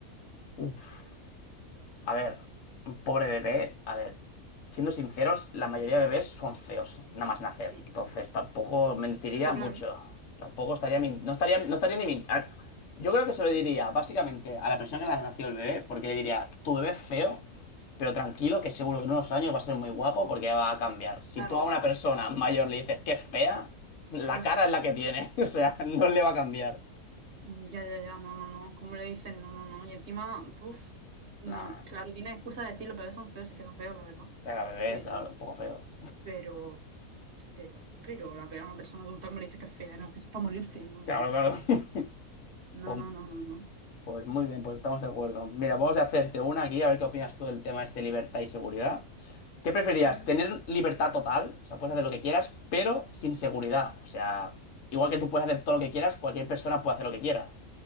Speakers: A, on the left; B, on the right.
A: Uf. A ver, un pobre bebé, a ver, siendo sinceros, la mayoría de bebés son feos, nada más nacer.
B: Sí.
A: Entonces tampoco mentiría
B: Claro,
A: mucho.
B: claro. ¿eh?
A: Tampoco estaría, min- no estaría, no estaría ni min- ah, Yo creo que se lo diría básicamente a la persona que le nació el bebé, porque le diría, tu bebé es feo, pero tranquilo, que seguro que en unos años va a ser muy guapo porque va a cambiar. Si
B: Claro.
A: tú a una persona mayor le dices que es fea, la
B: Uf.
A: cara es la que tiene, <laughs> o sea, no le va a cambiar.
B: Mm, Ya, ya, ya, no, no, no, ¿cómo le dices? No, no, no. Y encima, puf, no,
A: Nada,
B: claro, tiene excusa de decirlo, pero son feos, es que son feos, la verdad.
A: era bebé,
B: Pero,
A: claro, un poco feo.
B: pero, pero, pero, la pega a una persona adulta, como le dices que es fea? No, es que eso es para morirte, no, no,
A: Claro,
B: no.
A: claro. <laughs>
B: No,
A: Pues
B: no, no, no, no.
A: Pues muy bien, pues estamos de acuerdo. Mira, vamos a hacerte una aquí, a ver qué opinas tú del tema este libertad y seguridad. ¿Qué preferías?
B: Ujú.
A: ¿Tener libertad total? O sea, puedes hacer lo que quieras, pero sin seguridad. O sea, igual que tú puedes hacer todo lo que quieras, cualquier persona puede hacer lo que quiera.